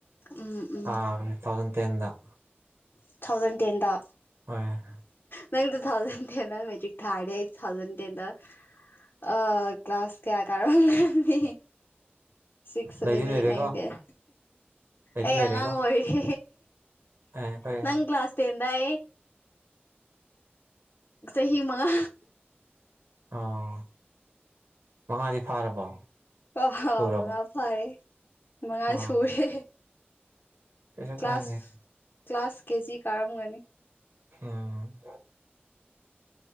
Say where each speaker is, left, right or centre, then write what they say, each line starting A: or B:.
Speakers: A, on the left; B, on the right.
A: ꯎꯝ ꯎꯝ
B: ꯑꯥ ꯇꯨ ꯊꯥꯎꯖꯟ ꯇꯦꯟꯗ
A: ꯇꯨ ꯊꯥꯎꯖꯟ ꯇꯦꯟꯗ
B: ꯍꯣꯏ
A: ꯅꯪ ꯇꯨ ꯊꯥꯎꯖꯟ ꯇꯦꯟꯗ ꯃꯦꯇ꯭ꯔꯤꯛ ꯊꯥꯔꯗꯤ ꯑꯩ ꯇꯨ ꯊꯥꯎꯖꯟ ꯇꯦꯟꯗ ꯑꯥ ꯀ꯭ꯂꯥꯁ ꯀꯌꯥ ꯀꯥꯔꯝꯒꯅꯤ ꯁꯤꯛꯁ ꯁꯕꯦꯟ
B: ꯂꯩꯗꯤ ꯂꯩꯔꯦꯀꯣ
A: ꯑꯦꯠ ꯅꯥꯏꯟ ꯇꯦꯟ
B: ꯂꯩꯗꯤ
A: ꯑꯩ
B: ꯂꯩꯔꯦꯀꯣ
A: ꯑꯉꯥꯡ ꯑꯣꯏꯔꯤ
B: ꯑꯦ ꯑꯩꯈꯣꯏ
A: ꯅꯪ ꯀ꯭ꯂꯥꯁ ꯇꯦꯟꯗ ꯑꯩ ꯆꯍꯤ ꯃꯉꯥ
B: ꯑꯣ ꯃꯉꯥꯗꯤ ꯐꯥꯔꯕꯣ
A: ꯑꯣꯍꯣ
B: ꯁꯨꯔꯕꯣ
A: ꯃꯉꯥ ꯐꯥꯔꯦ ꯃꯉꯥ
B: ꯑꯣ
A: ꯁꯨꯌꯦ
B: ꯀꯩꯁꯨ
A: ꯀ꯭ꯂꯥꯁ
B: ꯀꯥꯏꯗꯦ
A: ꯀ꯭ꯂꯥꯁ ꯀꯦꯖꯤ ꯀꯥꯔꯝꯒꯅꯤ
B: ꯎꯝ